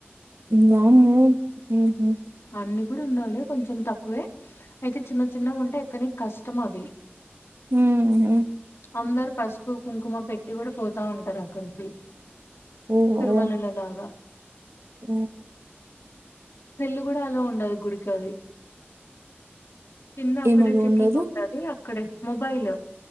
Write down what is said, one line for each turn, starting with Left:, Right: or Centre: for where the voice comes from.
Right: ఇంగ అవును మ్మహు
Left: అన్ని కూడా ఉండవులే కొంచెం తక్కువే అయితే చిన్న చిన్నగా ఉంటేయి కానీ కష్టం అవి
Right: ఉహు
Left: అందరు పసుపు కుంకుమ పెట్టి కూడా పోతా ఉంటారు అక్కడికి
Right: ఓహో
Left: తిరుమలలో
Right: ఓహో
Left: లాగా
Right: ఉమ్మ్
Left: సెల్లు కూడా ఆలో ఉండదు గుడికావి కింద అక్కడే
Right: ఏం అలో
Left: చెకింగ్
Right: ఉండదు
Left: ఉంటది అక్కడే మొబైల్